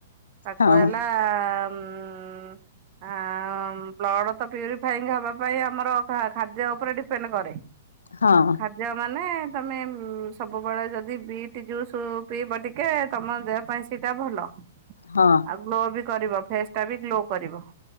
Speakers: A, on the right; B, on the left.
A: ତାକୁ
B: ହଁ
A: ହେଲା ଉଁ-ଉଁ-ଉଁ। ଆଁ ଉଁ ବ୍ଲଡ଼ ତ ପ୍ୟୁରିଫାଇଙ୍ଗ ହବା ପାଇଁ ଆମର ଖାଦ୍ୟ ଉପରେ ଡିପେଣ୍ଡ କରେ।
B: ହଁ।
A: ଖାଦ୍ୟ ମାନେ ତମେ ସବୁବେଳେ ଯଦି ବିଟି ଜୁସୁ ପିଇବ ଟିକେ ତମ ଦେହ ପାଇଁ ସେଟା ଭଲ।
B: ହଁ।
A: ଆଉ ଗ୍ଲୋ ବି କରିବ, ଫେସଟା ବି ଗ୍ଲୋ କରିବ।